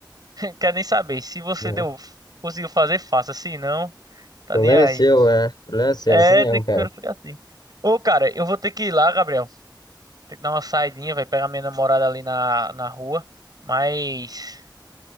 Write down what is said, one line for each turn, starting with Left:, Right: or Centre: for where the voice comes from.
Right: <laughs> Quero nem saber. Se você
Left: É.
Right: deu, conseguiu fazer, faça. Se não, tá
Left: Problema
Right: nem aí.
Left: é seu, é. Problema é seu,
Right: É,
Left: isso não,
Right: tem
Left: cara.
Right: que ficar assim. Ô, cara, eu vou ter que ir lá, Gabriel. Tem que dar uma saidinha, vai pegar minha namorada ali na, na rua. Mas